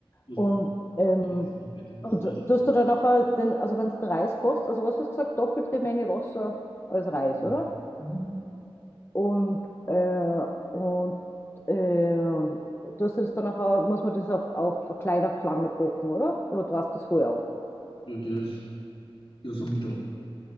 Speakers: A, on the left; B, on the left.
A: Das,
B: Und, ähm,
A: der Reis ist nicht fertig, bis
B: und
A: der Rest fertig
B: tust
A: ist.
B: du dann nachher den, also wenn du den Reis kochst, also was hast du gesagt, doppelte Menge Wasser als Reis,
A: Ja.
B: oder?
A: Mhm.
B: Und, äh, und äh, tust du das dann nachher, muss man das auf, auf kleiner Flamme kochen, oder? Oder du hast das vorher auf?
A: Ja, Das ja so mittel.